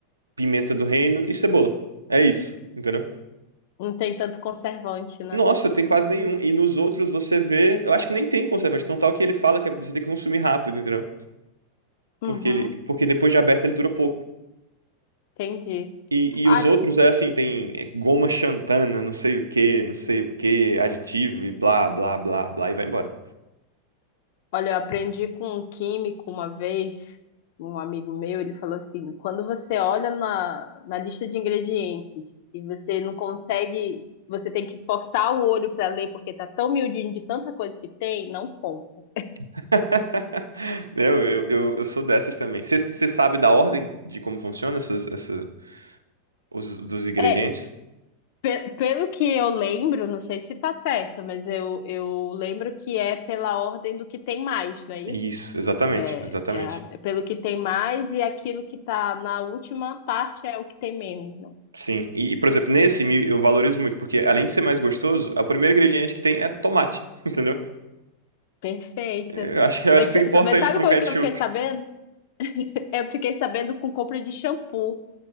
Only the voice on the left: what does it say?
Não tem tanto conservante, né?
Uhum,
entendi.
Ah,
olha, eu aprendi com um químico uma vez, um amigo meu, ele falou assim: quando você olha na, na lista de ingredientes e você não consegue, você tem que forçar o olho para ler porque tá tão miudinho de tanta coisa que tem, não compra.
É, pe- pelo que eu lembro, não sei se tá certo, mas eu, eu lembro que é pela ordem do que tem mais, não é isso?
É, a- é pelo que tem mais e aquilo que está na última parte é o que tem menos, né?
Perfeita.
Eu
sa-
sa- mas sabe
como
é que eu fiquei sabendo? Eu fiquei sabendo com compra de shampoo,